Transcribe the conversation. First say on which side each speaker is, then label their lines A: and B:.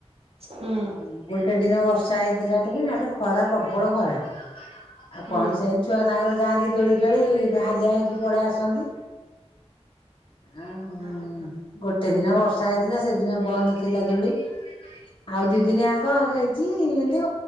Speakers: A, on the right; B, on the left.
A: ହୁଁ
B: ଆଉ ଗୋଟେ ଦିନ ବର୍ଷା ହେଇଥିଲା ଟିକେ ନହେଲେ ଖରା ପ୍ରବଳ ଖରା ଆଉ
A: ହୁଁ
B: କଣ ସେମିତି ଛୁଆ ତାଙ୍କର ଯାଆନ୍ତି ଦୋଳି ଖେଳି ହାଲିଆ ହେଇକି ପଳେଇ ଆସନ୍ତି ଆଉ
A: ହଁ ହଁ।
B: ଗୋଟେ ଦିନ ବର୍ଷା ହେଇଥିଲା ସେଦିନ ବନ୍ଦ ଥିଲା ଦୋଳି ଆଉ ଦି ଦିନିଆଙ୍କ ହେଇଛି ଏମିତି